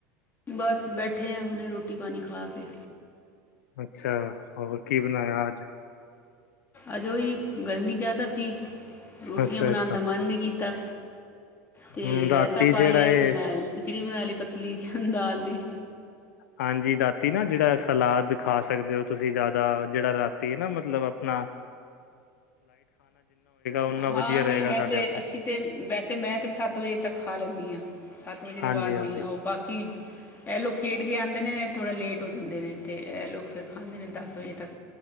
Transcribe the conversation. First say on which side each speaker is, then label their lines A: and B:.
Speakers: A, on the left; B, on the left.
A: ਬਸ ਬੈਠੇ ਆ ਹੁਨੇ ਰੋਟੀ ਪਾਣੀ ਖਾ ਕੇ
B: ਅੱਛਾ ਹੋਰ ਕੀ ਬਨਾਇਆ ਅੱਜ
A: ਅਜ। ੳਹੀ ਗਰਮੀ ਜ਼ਿਆਦਾ ਸੀ ਰੋਟੀਆਂ
B: ਅੱਛਾ
A: ਬਨਾਣ
B: ਅੱਛਾ
A: ਦਾ ਮਨ ਨਹੀਂ ਕੀਤਾ ਤੇ
B: ਹਮ ਰਾਤੀ
A: ਰਾਇਤਾ ਪਾ
B: ਜਿਹੜਾ
A: ਲਿਆ
B: ਇਹ
A: ਤੇ ਨਾਲ ਖਿਚੜੀ ਬਨਾ ਲਈ ਪਤਲੀ ਦਾਲ ਦੀ
B: ਹਾਂਜੀ ਦਾ ਨਾ ਜਿਹੜਾ ਸਲਾਦ ਖਾ ਸਕਦੇ ਹੋ ਤੁਸੀਂ ਜ਼ਿਆਦਾ ਜਿਹੜਾ ਰਾਤੀ ਨਾ ਮਤਲਬ ਅਪਨਾ ਉਨਾ
A: ਹ <inaudible> ਹਾਂ
B: ਵਧੀਆ
A: ਨਹੀਂ
B: ਰਹੇਗਾ
A: ਮੈਂ
B: ਸਾਡੇ
A: ਤੇ
B: ਵਾਸਤੇ
A: ਅਸੀਂ ਤੇ ਵੈਸੇ ਮੈਂ ਤੇ ਸੱਤ ਵਜੇ ਤੱਕ ਖਾ ਲੈਂਨੀ ਆ ਸੱਤ ਵਜੇ ਦੇ
B: ਹਾਂਜੀ
A: ਬਾਅਦ ਨੀ
B: ਹਾਂਜੀ
A: ਆਹੋ ਬਾਕੀ ਇਹ ਲੋਗ ਖੇਡ ਕੇ ਬਚੇ ਆਦੇ ਨੇ ਥੋੜ੍ਹਾ ਲੇਟ ਹੋ ਜਾਂਦੇ ਨੇ ਤੇ ਇਹ ਲੋਕ ਫਿਰ ਖਾਂਦੇ ਨੇ ਦਸ ਵਜੇ ਤੱਕ